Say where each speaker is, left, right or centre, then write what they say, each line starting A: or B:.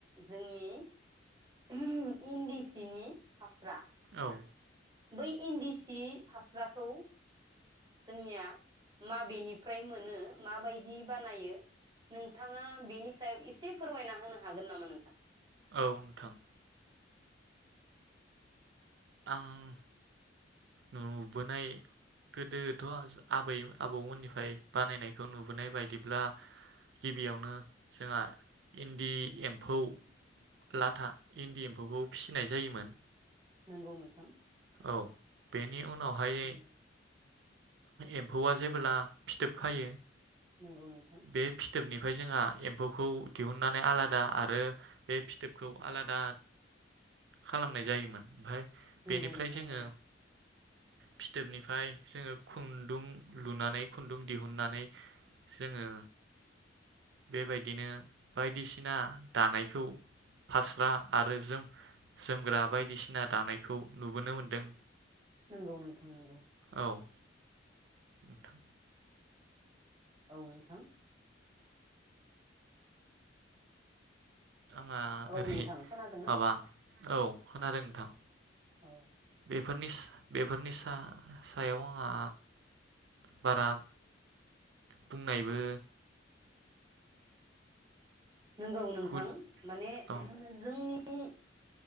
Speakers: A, on the right; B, on the right.
A: जोंनि <unintelligible> इन्दि सिनि फास्रा
B: औ
A: बै इन्दि सि फास्राखौ जोंनिया माबेनिफ्राय मोनो माबायदि बानायो नोंथाङा बेनि सायाव एसे फोरमायना होनो हागोन नामा नोंथां
B: औ नोंथां। आं नुबोनाय गोदोथ' आबै आबौमोननिफ्राय बानायनायखौ नुबोनाय बायदिब्ला गिबियावनो जोंहा इन्दि एम्फौ लाथा इन्दि एम्फौखौ फिसिनाय जायोमोन।
A: नंगौ नोंथां
B: औ बेनि उनावहाय
A: नंगौ
B: एम्फौआ जेबोला फिथोब खायो
A: नोंगौ नोंथां।
B: बे फिथोबनिफ्राय जोंहा एम्फौखौ दिहुननानै आलादा आरो बे फिथोबखौ आलादा खालामनाय जायोमोन ओमफाय।
A: नंगौ
B: बेनिफ्राय
A: नोंथां
B: जोङो।
A: नंगौ
B: फिथोबनिफाय जोङो खुन्दुं लुनानै खुन्दुं दिहुननानै जोङो बेबायदिनो बायदिसिना दानायखौ फास्रा आरो जोम जोमग्रा बायदिसिना दानायखौ नुबोनो मोनदों।
A: नोंगौ नोंथां नोंगौ
B: औ नोंथां
A: औ नोंथां
B: आंहा
A: औ
B: ओरै
A: नोंथां खोनादोंना
B: माबा औ खोनादों नोंथां
A: औ
B: बेफोरनिस बेफोरनि सा-सायाव आंहा बारा बुंनायबो
A: नोंगौ नोंथां
B: हुद
A: माने
B: औ
A: जोंनि <unintelligible>